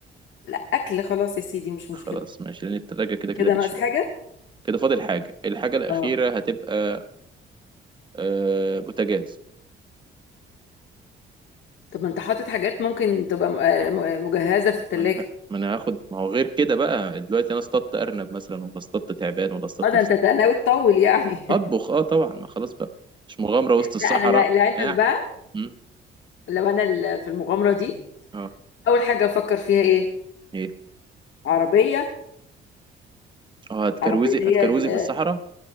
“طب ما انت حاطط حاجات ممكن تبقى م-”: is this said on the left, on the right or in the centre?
Left